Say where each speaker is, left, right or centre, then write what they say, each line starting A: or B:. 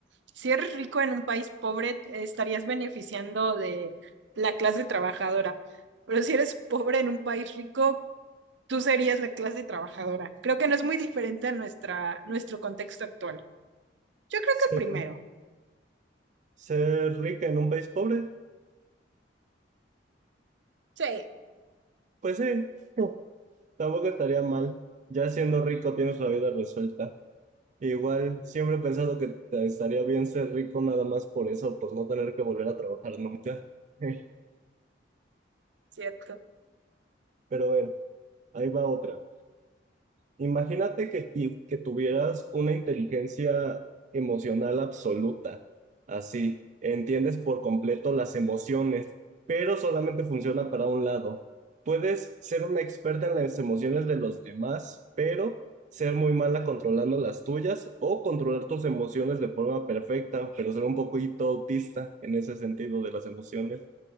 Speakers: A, on the right; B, on the right.
A: si eres rico en un país pobre, te estarías beneficiando de la clase trabajadora, pero si eres pobre en un país rico, tú serías la clase trabajadora. Creo que no es muy diferente a nuestra, nuestro contexto actual. Yo creo
B: ¿Ser,
A: que el primero.
B: ser rica en un país pobre?
A: Sí,
B: Pues sí, <laughs> tampoco estaría mal. Ya siendo rico tienes la vida resuelta. Igual, siempre he pensado que te- estaría bien ser rico nada más por eso, por no tener que volver a trabajar nunca. <laughs>
A: cierto.
B: Pero a ver, ahí va otra. Imagínate que, ti- que tuvieras una inteligencia emocional absoluta, así, entiendes por completo las emociones, pero solamente funciona para un lado. Puedes ser una experta en las emociones de los demás, pero ser muy mala controlando las tuyas o controlar tus emociones de forma perfecta, pero ser un poquito autista en ese sentido de las emociones